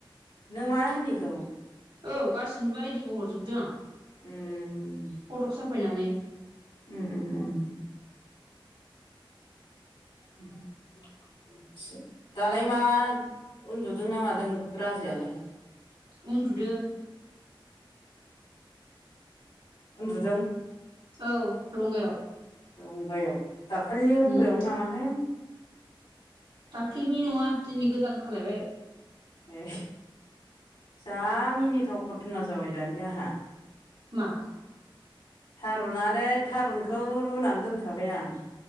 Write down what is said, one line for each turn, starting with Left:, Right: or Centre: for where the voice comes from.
Left: नों मा होनिखौ
Right: औ गासिनिबो आयदिखौ हरजोबदों आं।
Left: उम।
Right: फटक साफायनानै
Left: उम उम उम। उम बिदिसो। दालाय मा उन्दुदों ना मादों राजायालाय?
Right: उन्दुदों।
Left: उन्दुदों।
Right: औ रंगायाव।
Left: रंगायाव दाखालिनि रंगायावनो
Right: उम
Left: नामाहाय?
Right: दाख्लिनि नङा दिनै गोदान खालायबाय।
Left: ए जा मिनिथाव घथना जाबाय दानि आंहा।
Right: मा?
Left: थारुनानो थारुनखौ रुनानै दोनखाबाय आं।